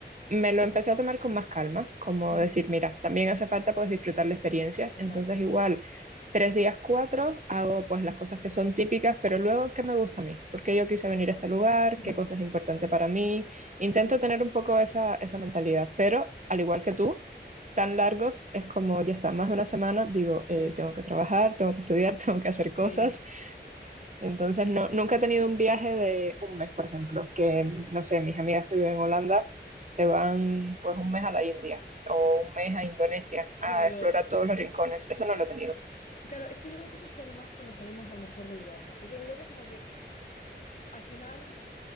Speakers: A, on the right; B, on the left.
A: me lo empecé a tomar con más calma, como
B: <laughs>
A: decir, mira, también hace falta pues disfrutar la experiencia, entonces
B: Exacto.
A: igual tres días, cuatro, hago pues las cosas que son típicas, pero luego, ¿qué me gusta a mí? ¿Por qué yo quise venir a este lugar?
B: Ujú.
A: ¿Qué cosa es importante para mí? Intento
B: Sí,
A: tener un poco esa, esa mentalidad, pero al igual que tú, tan largos es como ya está, más de una semana, digo, eh,
B: sí,
A: tengo que trabajar, tengo que estudiar, <laughs> tengo que hacer
B: sí.
A: cosas, entonces, no, nunca he tenido un viaje de un mes, por ejemplo, que, no sé, mis amigas que viven en Holanda se van pues un mes a la India o un mes a Indonesia a
B: Claro,
A: explorar todos los rincones. Eso no lo he tenido.
B: claro, es que yo creo que eso es cuando más cuando salimos a lo mejor de Europa, porque en Europa como que al final,